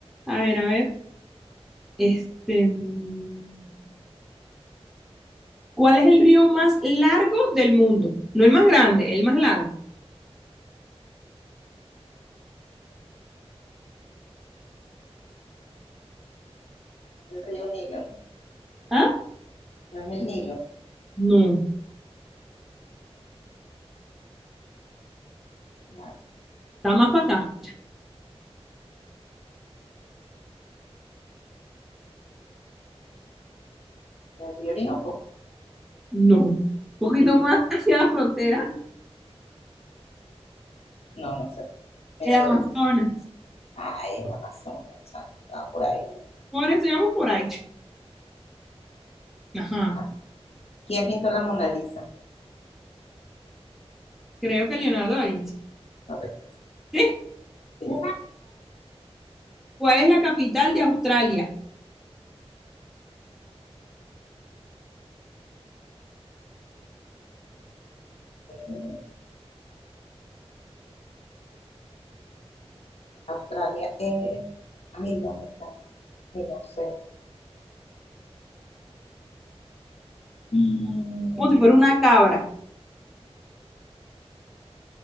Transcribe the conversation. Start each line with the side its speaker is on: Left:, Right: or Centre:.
Centre: a ver, a ver. Este. mm, ¿Cuál es el río más largo del mundo? No el más grande, el más largo.
Left: El río Nilo, ¿no?
Centre: ¿Ah?
Left: No es el Nilo.
Centre: No.
Left: No,
Centre: ¿Está más para acá?
Left: el río Orinoco.
Centre: No. Un poquito
Left: <laughs>
Centre: más hacia la frontera,
Left: No, no sé. Me
Centre: el Amazonas.
Left: doy. Ay, el Amazonas. chamo, Estaba por ahí.
Centre: Por eso llamo por ahí. Ajá.
Left: Ah, ¿Quién pintó la Mona Lisa?
Centre: Creo que Leonardo da Vinci.
Left: Correcto.
Centre: ¿Sí?
Left: Sí.
Centre: ¿Cuál es la capital de Australia?
Left: Eh, Australia es. Ay, ¿dónde está? Ay, no sé. Mm,
Centre: Como si fuera una cabra.